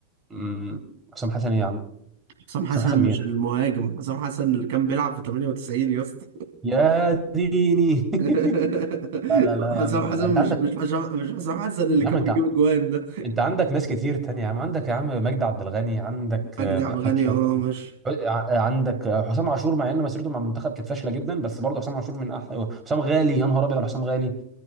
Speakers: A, on the right; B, on the right.
A: مم، حسام حسن ايه يا عم
B: حسام حسن
A: حسام حسن
B: مش
A: مين
B: المهاجم حسام حسن اللي كان بيلعب في 98 يا اسطى
A: يا ديني
B: <laughs>
A: <laughs> لا لا لا يا
B: حسام
A: عم انت
B: حسن
A: لا انت
B: مش
A: عندك
B: مش حسام مش حسام حسن اللي
A: يا
B: كان
A: عم انت
B: بيجيب اجوان ده
A: انت عندك ناس كتير تانية يا عم عندك يا عم مجدي عبد الغني عندك
B: مجدي
A: آه، محمد
B: عبد الغني
A: شوقي
B: اه مش
A: ع- عندك آه، حسام عاشور مع ان مسيرته مع المنتخب كانت فاشله جدا بس برضه حسام عاشور من احلى حسام غالي يا نهار ابيض على حسام غالي